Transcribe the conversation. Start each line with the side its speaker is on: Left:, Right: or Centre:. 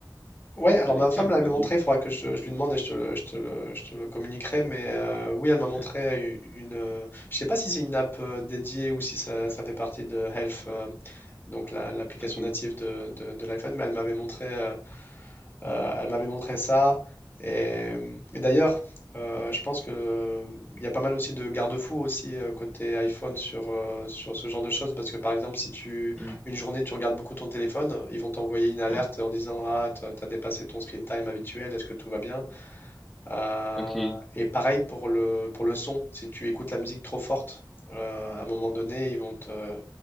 Left: Ouais, alors
Centre: avec
Left: ma femme
Centre: euh, le
Left: l'avait
Centre: mode
Left: montré,
Centre: nuit.
Left: il faudra que je, je lui demande et je te le, je te le- je te le communiquerai. Mais euh, oui, elle m'a montré
Centre: Ouais.
Left: u- une... euh, Je sais pas si c'est une app euh, dédiée ou si ça, ça fait partie de Health, euh, donc la- l'application
Centre: Ok.
Left: native de, de- de l'iPhone, mais elle m'avait montré euh, Euh, elle m'avait montré ça. Et, et d'ailleurs, euh, je pense que euh, il y a pas mal aussi de garde-fous aussi euh, côté iPhone sur, euh, sur ce genre de choses. Parce que par exemple, si tu
Centre: Mm.
Left: une journée tu regardes beaucoup ton téléphone, ils vont t'envoyer une alerte
Centre: Ouais.
Left: en disant Ah, t'as t'as dépassé ton screen time habituel, est-ce que tout va bien? Euh,
Centre: Ok.
Left: et pareil pour le, pour le son, si tu écoutes la musique trop forte, euh, à un moment donné, ils vont te,